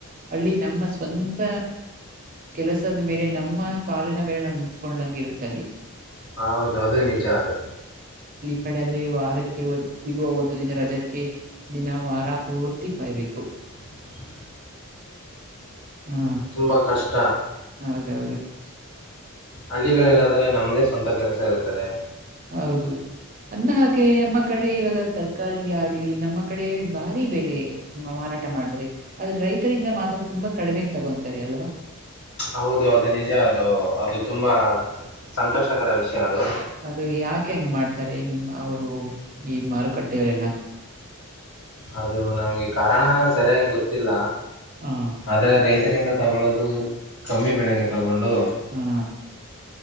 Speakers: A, on the right; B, on the left.
A: ಅಲ್ಲಿ ನಮ್ಮ ಸ್ವಂತ ಕೆಲಸದ ಮೇಲೆ ನಮ್ಮ ಕಾಲಿನ ಮೇಲೆ ನ ನಿಂತ್ಕೊಂಡಂಗಿರುತ್ತಲ್ಲಿ
B: ಹೌದು ಅದು ನಿಜ ಅದು
A: ಕಡೆದ್ರೆ ವಾರಕ್ಕೆದ ಸಿಗುವ ಒಂದು ದಿನ ರಜಕ್ಕೆ ದಿನ ವಾರ ಪೂರ್ತಿ ಕಾಯ್ಬೇಕು
B: ಹ
A: ಹಾ
B: ತುಂಬಾ ಕಷ್ಟ
A: ಹೌದೌದು <unintelligible>
B: ಹಳ್ಳಿಗಳಲ್ಲಾದ್ರೆ ನಮ್ದೇ ಸ್ವಂತ ಕೆಲಸ ಇರುತ್ತದೆ
A: ಹೌದು ಅನ್ನ ಹಾಗೆ ನಮ್ಮ ಕಡೆ ಇವಾಗ ತರಕಾರಿಗೆ ಆಗ್ಲಿ ನಮ್ಮ ಕಡೆ ಬಾರಿ ಬೆಲೆ ಮಾರಾಟ ಮಾಡ್ತಾರೆ ಆದ್ರೆ ರೈತರಿಂದ ಮಾತ್ರ ತುಂಬಾ ಕಡಿಮೆ ತಗೊತಾರೆ ಅಲ್ವಾ
B: ಹೌದು ಅದು ನಿಜ ಅದು ಅದು ತುಂಬಾ ಸಂಕಷ್ಟಕರ ವಿಷಯ ಅದು
A: ಅದು ಯಾಕೆ ಹೆಂಗ ಮಾಡ್ತಾರೆ ನಿಮ ಅವರು ಈ ಮಾರುಕಟ್ಟೆಯವರೆಲ್ಲ
B: ಅದು ನಮ್ಗೆ ಕಾರಣ ಸರಿಯಾಗಿ ಗೊತ್ತಿಲ್ಲ
A: ಹಾ
B: ಆದ್ರೆ ರೈತ ತಗೊಳ್ಳೋದು ಕಮ್ಮಿ ಬೆಳೆಗೆ ತಗೊಂಡು
A: ಹಾ